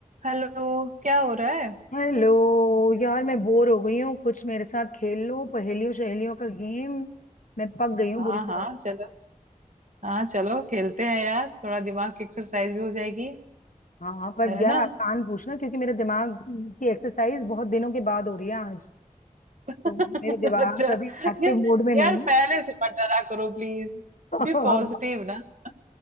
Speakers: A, on the right; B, on the left.
A: Hello क्या हो रहा है
B: Hello यार मैं bore हो गई हूँ कुछ मेरे साथ खेल लो पहेलियों सहेलियों का गेम मैं पक गई हूँ
A: हाँ
B: बुरी तरह
A: हाँ चलो हाँ चलो खेलते हैं यार थोड़ा दिमाग की एक्सरसाइज भी हो जाएगी
B: हाँ हाँ, पर
A: है
B: यार
A: ना
B: आसान पूछना क्योंकि मेरे दिमाग की एक्सरसाइज बहुत दिनों के बाद हो रही है आज
A: <laughs>
B: तो मेरे दिमाग
A: अच्छा
B: कभी एक्टिव
A: या,
B: मोड में
A: यार
B: नहीं है
A: पहले से मत डरा करो प्लीज
B: <laughs>
A: बी पॉजिटिव ना <laughs>